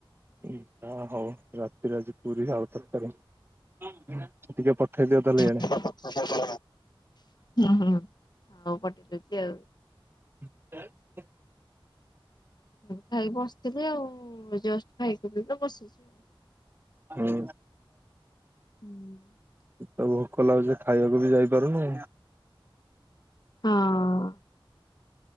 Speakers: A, on the right (about 25°); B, on the left (about 50°).
A: ଯାହା ହଉ ରାତିରେ ଆଜି ପୁରୀ ଆଳୁ ତରକାରୀ ଟିକେ ପଠେଇଦିଅ ତାହେଲେ
B: ହ
A: ଇଆଡେ
B: ହ ହ <inaudible> ହଉ ପଟିଲଛି ଆଉ
A: <unintelligible>
B: ଁ ଖାଇକ ବସିଥିଲି ଆଉ ଜଷ୍ଟ ଖାଇକି ବସିଛି ଆଉ
A: ହଁ
B: ହୁଁ <inaudible>
A: ତ ଭୋକ ଲାଗୁଛି ଖାଇବାକୁ ବି ଯାଇପାରୁନି।
B: ହଁ